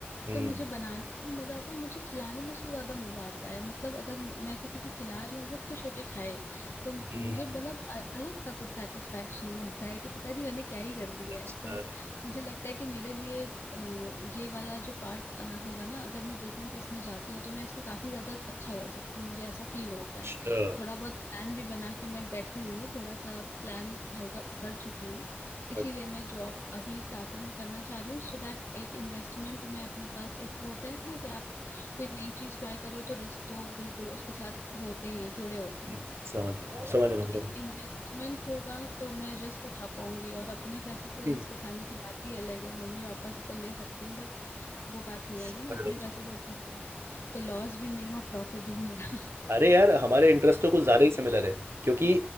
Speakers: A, on the right; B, on the left.
A: हम्म
B: तो मुझे बनाने में भी मजा आता है और मुझे खिलाने में उससे ज्यादा मजा आता है मतलब अगर मैं किसी को खिला रही हूँ और वो खुश होके खाए तो मुझे
A: हम्म,
B: मतलब अ- अलग सा कुछ सेटिस्फेक्शन मिलता है कि पता नहीं मैंने क्या ही कर दिया
A: अच्छा
B: है तो मुझे लगता है कि मेरे लिए अ, ये वाला जो पार्ट होगा ना अगर मैं बिजनेस इसमें जाती हूँ तो मैं इसमें काफी ज्यादा अच्छा कर सकती हूँ मुझे ऐसा फील होता
A: अच्छा
B: है थोड़ा बहुत प्लान भी बना के मैं बैठी हुई हूँ थोड़ा सा प्लान हल्का कर चुकी हूँ इसीलिए
A: अच्छा,
B: मैं जॉब अभी स्टार्टिंग में करना चाह रही हूँ सो दैट एक इन्वेस्टमेंट में अपने पास एक वो होता है ना कि आप कोई नई चीज ट्राई करो तो रिस्क तो बिल्कुल उसके साथ होते ही है जुड़े होते
A: हम्म,
B: हैं
A: समझ समझ रहा हूँ
B: एक
A: समझ
B: इन्वेस्टमेंट होगा तो मैं रिस्क उठा पाऊंगी और अपने पैसे से
A: हम्म,
B: रिस्क उठाने की बात ही अलग है मम्मी पापा से तो ले सकती हूँ बट वो बात नहीं आएगी
A: समझ
B: ना अपने
A: रहा हूँ
B: पैसे से उठाऊंगी तो लॉस भी मेरा प्रॉफिट भी मेरा
A: अरे यार हमारे इंटरेस्ट तो कुछ ज़्यादा ही सिमिलर है क्योंकि